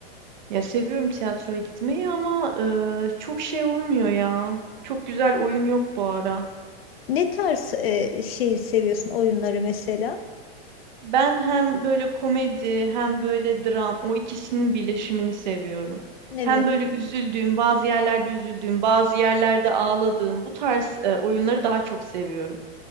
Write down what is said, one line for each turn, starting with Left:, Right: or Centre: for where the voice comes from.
Right: Ya seviyorum tiyatroya gitmeyi ama e, çok şey olmuyor ya. Çok güzel oyun yok bu ara.
Left: Ne tarz e, şey seviyorsun oyunları mesela?
Right: Ben hem böyle komedi hem böyle dram o ikisinin birleşimini seviyorum.
Left: Evet
Right: Hem böyle üzüldüğüm, bazı yerlerde üzüldüğüm, bazı yerlerde ağladığım bu tarz e, oyunları daha çok seviyorum.